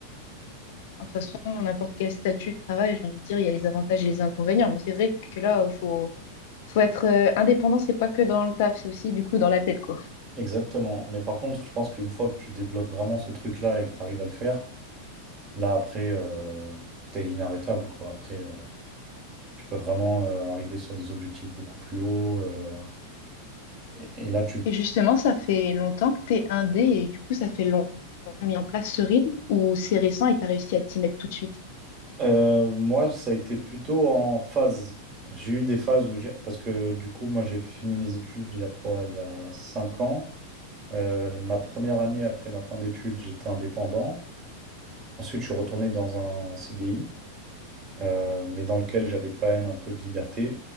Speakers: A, on the left (about 50°); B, on the right (about 30°).
A: de toute façon, n'importe quel statut de travail, j'ai envie de dire, il y a les avantages et les inconvénients. Mais c'est vrai que là, faut, faut être euh, indépendant, c'est pas que dans le taf, c'est aussi du coup dans la tête, quoi.
B: Exactement. Mais par contre, je pense qu'une fois que tu débloques vraiment ce truc-là et que tu arrives à le faire, Là, après, euh, t'es inarrêtable, quoi. Après, euh, tu peux vraiment euh, arriver sur des objectifs beaucoup plus hauts. euh, et, et là, tu...
A: Et justement, ça fait longtemps que t'es indé et du coup, ça fait longtemps que t'as mis en place ce rythme ou c'est récent et t'as réussi à t'y mettre tout de suite?
B: Euh, moi, ça a été plutôt en phase. J'ai eu des phases où j'ai... Parce que du coup, moi, j'ai fini mes études il y a quoi? Il y a 5 ans. Euh, ma première année après ma fin d'études, j'étais indépendant. Ensuite, je suis retourné dans un CDI, euh, mais dans lequel j'avais quand même un peu de liberté.